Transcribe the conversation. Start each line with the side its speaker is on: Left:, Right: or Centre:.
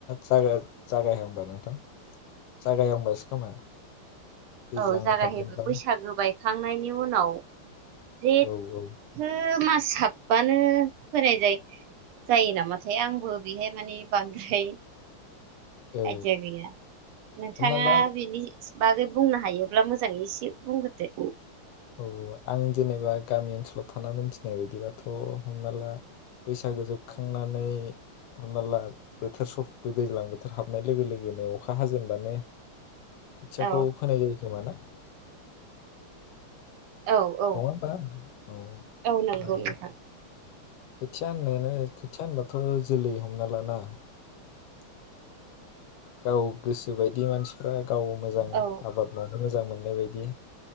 Left: जागा जागायहांबा नोंथां जागायहांबासो खोमा दैज्लां
Right: औ जागायहैबाय
Left: हाबजेनबा
Right: बैसागो बाय थांनायनि उनाव। जेथो
Left: औ औ
Right: मास। साबानो होनाय जायो जायो नामाथाय आंबो बेहाय माने बांद्राय
Left: औ
Right: आइदिया गैया नोंथाङा
Left: हमना ला
Right: बिनि <unintelligible> बुंनो हायोब्ला मोजाङै एसे बुंग्रोदो।
Left: औ आं जेनेबा गामि ओनसोलाव थाना मोनथिनाय बायदिबाथ' हमना ला बैसागो जोबखांनानै हमना ला बोथोर सफै दैज्लां बोथोर हाबनाय लोगो लोगोनो अखा हाजेनबानो खोथियाखौ
Right: औ
Left: फोनाय जायो खोमा ना?
Right: औ औ
Left: नङा होमबा औ
Right: औ नंगौ
Left: आरो
Right: नोंथां।
Left: खोथिया होननायानो खोथिया होनबाथ' जोलै हमना लाना । गाव गोसो गोसोबायदि मानसिफ्रा गाव मोजां
Right: औ
Left: आबाद मावनो मोजां मोननाय नाय बायदि